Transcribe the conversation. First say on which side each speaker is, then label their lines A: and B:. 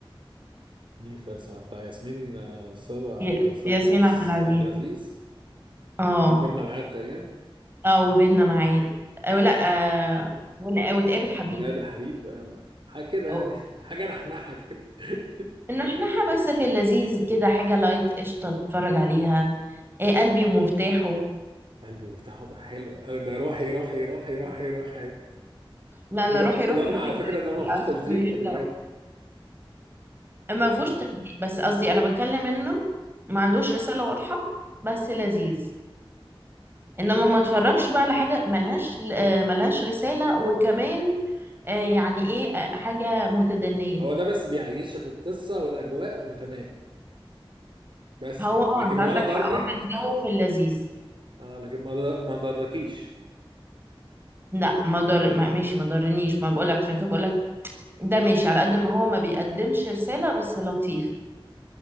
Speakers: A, on the right; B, on the right.
A: مين فارسة بتاع ياسمين آه، صبا على
B: ي-
A: صا-
B: ياسمين
A: صا-
B: عبد العزيز
A: عبد العزيز
B: اه
A: وبيننا معاد تقريبا
B: اه وبيننا معاد او لا آه ون- وتقابل حبيب
A: ونقابل حبيب آه، حاجة كده
B: او
A: يعني <laughs> حاجة نحنحة كده <laughs>
B: ان احنا بس في اللذيذ كده حاجة لايت قشطة تتفرج عليها إيه قلبي ومفتاحه
A: قلبي مفتاح وضع حلو أوي ده روحي روحي روحي روحي روحي
B: لا انا
A: ب-
B: روحي روحي
A: رغم
B: روحي
A: على فكرة إن هو ما فيهوش تلزيق
B: كده
A: خدي
B: <laughs> ما
A: بالك
B: فيهوش تهديد بس قصدي انا بتكلم انه ما عندوش رسالة واضحة بس لذيذ انما ما اتفرجش بقى على حاجة ملهاش آه، ملهاش رسالة وكمان آه، يعني ايه آه، حاجة متدنية
A: هو ده بس بيعيشك القصة والأجواء وتمام بس
B: هو
A: كده
B: اه
A: لكن
B: انت
A: ولا
B: عندك
A: ضرك
B: حق هو كان جو في اللذيذ
A: آه لكن ما ضر- ما ضركيش
B: لا ما ضر ما ماشي ما ضرنيش ما بقولك عشان كده بقولك ده ماشي على قد ما هو ما بيقدمش رسالة بس لطيف